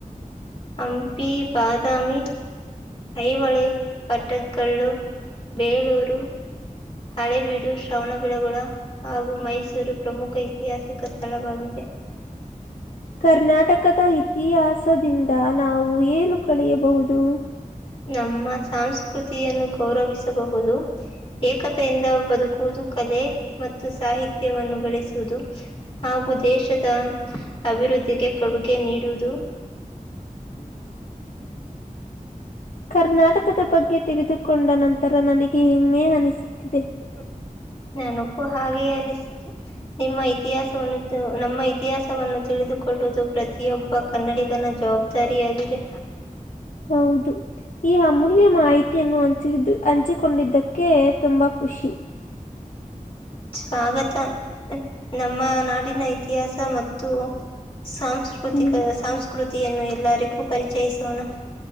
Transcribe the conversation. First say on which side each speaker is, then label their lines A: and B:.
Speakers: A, on the left; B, on the left.
A: ಹಂಪಿ ಬಾದಾಮಿ ಐಹಳಿ ಪಟ್ಟದಕಲ್ಲು ಬೇಳೂರು ಹಳೇಬೀಡು ಶ್ರವಣಬೆಳಗೊಳ ಹಾಗೂ ಮೈಸೂರು ಪ್ರಮುಖ ಇಐತಿಹಾಸಿಕ ಸ್ಥಳವಾಗಿದೆ
B: ಹ್ಮ್ ಕರ್ನಾಟಕದ ಇತಿಹಾಸದಿಂದ ನಾವು ಏನು ಕಳೆಯಬಹುದು
A: ನಮ್ಮ ಸಂಸ್ಕೃತಿಯನ್ನು ಗೌರವಿಸಬಹುದು ಏಕತೆಯಿಂದ ಬದುಕು ಹದು ಕಲೆ ಮತ್ತು ಸಾಹಿತ್ಯವನ್ನು ಬೆಳೆಸುವುದು ಹಾಗೂ ದೇಶದ ಅಭಿವೃದ್ಧಿಗೆ ಕೊಡುಗೆ ನೀಡುವುದು
B: ಹ್ಮ್ <inaudible> ಕರ್ನಾಟಕದ ಬಗ್ಗೆ ತಿಳಿದುಕೊಂಡ ನಂತರ ನನಗೆ ಹೆಮ್ಮೆ ಅನಿಸುತ್ತಿದೆ
A: ಹ <inaudible> ಹಾಗೆಯೇ ಅನಿಸಿತು ನಿಮ್ಮ ಇತಿಹಾಸವನ್ನು ನಮ್ಮ ಇತಿಹಾಸವನ್ನು ತಿಳಿದುಕೊಳ್ಳುವುದು ಪ್ರತಿಯೊಬ್ಬ ಕನ್ನಡಿಗನ ಜವಾಬ್ದಾರಿಯಗಾಗಿದೆ
B: ಹೌದು ಈ ಅಮೂಲ್ಯ ಮಾಹಿತಿಯನ್ನು ಹಂಚ ಹಂಚಿಕೊಂಡಿದ್ದಕ್ಕೆ ತುಂಬಾ ಖುಷಿ.
A: ಸ್ವಾಗತ ನಮ್ಮ ನಾಡಿನ ಇತಿಹಾಸ ಮತ್ತು, ಸಾಂಸ್ಕೃತಿಕ
B: ಹ್ಮ್
A: ಸಂಸ್ಕೃತಿಯನ್ನು ಎಲ್ಲರಿಗೂ ಪರಿಚಯಿಸೋಣ